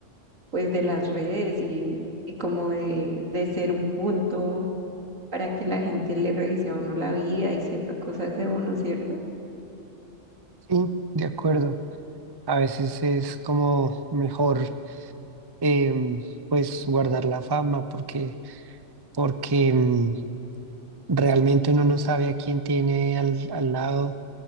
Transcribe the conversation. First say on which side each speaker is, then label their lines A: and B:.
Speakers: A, on the right; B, on the right.
A: pues de las redes y, y como de, de ser un punto para que la gente le revise a uno la vida y sepa cosas de uno, ¿cierto?
B: Sí, de acuerdo. A veces es como mejor em, pues guardar la fama porque, porque em, realmente uno no sabe a quién tiene al, al lado.